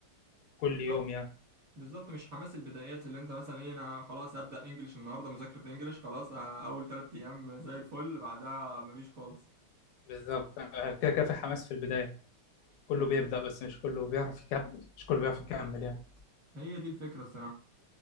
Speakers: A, on the left; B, on the right.
A: كل
B: بالظبط
A: يوم يعني
B: بالظبط مش حماس البدايات اللي انت مثلا ايه انا خلاص هبدأ انجليش النهارده مذاكرة انجليش خلاص اه، اول ثلاث ايام زي الفل بعدها مفيش خالص
A: بالظبط آه، كده كده في حماس في البداية كله
B: بز-
A: بيبدأ بس مش كله بيعرف يكمل مش كله بيعرف يكمل يعني
B: هي دي الفكرة الصراحة